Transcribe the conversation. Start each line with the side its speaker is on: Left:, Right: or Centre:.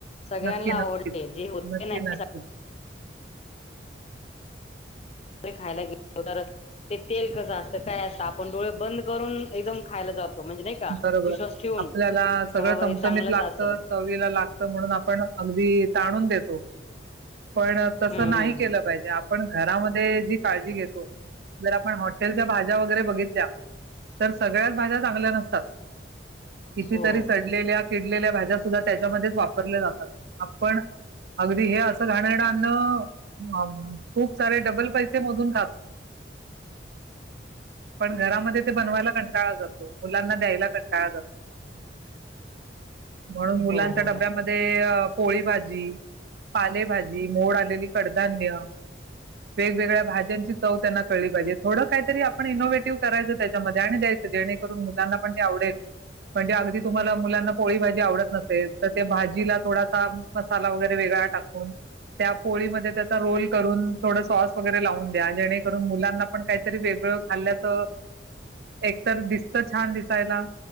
Left: सगळ्यांना
Right: नक्की
Left: आवडले
Right: नक्कीच
Left: जे होते
Right: नक्की
Left: नाही
Right: नक्कीच
Left: खायला गे ते तेल कसं असतं काय असतं आपण डोळे बंद करून एकदम खायला जातो म्हणजे नाही का
Right: बरोबर
Left: विश्वास ठेवून
Right: आपल्याला सगळं
Left: का बाबा
Right: चमचमीत
Left: हे चांगलंच
Right: लागत
Left: असेल
Right: चवीला लागत म्हणून आपण अगदी अगदी ताणून देतो पण
Left: हम्म
Right: तस नाही
Left: हम्म
Right: केलं
Left: हम्म
Right: पाहिजे आपण घरामध्ये जी काळजी घेतो जर आपण हॉटेलच्या भाज्या वगैरे बघितल्या तर सगळ्याच भाज्या चांगल्या नसतात कितीतरी
Left: हो
Right: सडलेल्या किडलेल्या भाज्या सुद्धा त्याच्यामध्येच वापरल्या जातात आपण अगदी हे असं घाणेरडे अन्न खूप सारे डबल पैसे मधून खातात पण घरामध्ये ते बनवायला कंटाळा करतो म मुलांना द्यायला कंटाळा करतो म्हणून मुलांच्या
Left: हो हो हो
Right: डब्यामध्ये अआ पोळी भाजी पालेभाजी मोड आलेली कडधान्य वेगवेगळ्या भाज्यांची चव त्यांना कळली पाहिजे थोडं काहीतरी आपण इनोव्हेटिव्ह करायचं त्याच्यामध्ये आणि द्यायचं जेणेकरून मुलांना पण ते आवडेल म्हणजे अगदी तुम्हाला मुलांना पोळी भाजी आवडत नसेल तर त्या भाजीला थोडासा मसाला वगैरे वेग त्या पोळी मध्ये त्याचा रोल करून थोडा स्वास वगैरे लावून द्या जेणेकरून मुलांना पण काहीतरी वेगळ खाल्ल्याच एक तर दिसतं छान दिसायला